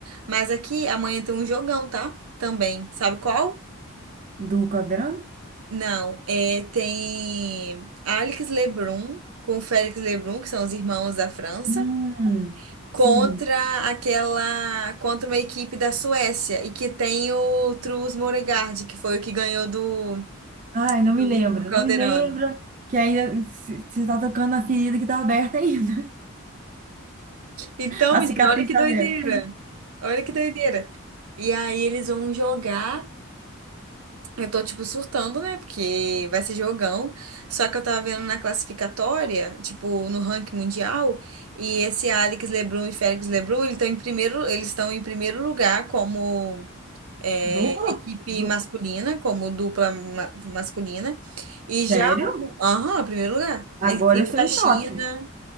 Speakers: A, on the right (about 80°); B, on the right (about 35°).
A: Mas aqui amanhã tem um jogão, tá? Também. Sabe qual?
B: Do Caldeirão?
A: Não, é, tem Alex Lebrun com Félix Lebrun, que são os irmãos da França,
B: Hum,
A: contra
B: Sim.
A: aquela, contra uma equipe da Suécia e que tem o Truls Moregard, que foi o que ganhou do
B: Ai, não
A: do
B: me lembro,
A: Hugo Calderano.
B: não me lembro. Que ainda se- você tá tocando na ferida que tá aberta ainda.
A: Então,
B: <laughs> A
A: menina,
B: cicatriz
A: olha que
B: está
A: doideira.
B: aberta.
A: Olha que doideira. E aí eles vão jogar Eu tô, tipo, surtando, né? Porque vai ser jogão. Só que eu tava vendo na classificatória, tipo, no ranking mundial, e esse Alex LeBron e Félix LeBron, eles estão em primeiro, eles estão em primeiro lugar como é,
B: Dupla?
A: equipe
B: Du-
A: masculina, como dupla ma- masculina. E
B: Sério?
A: já o. Aham, primeiro lugar.
B: Agora
A: Em cima
B: eu estou
A: da
B: em
A: <laughs> China.
B: choque.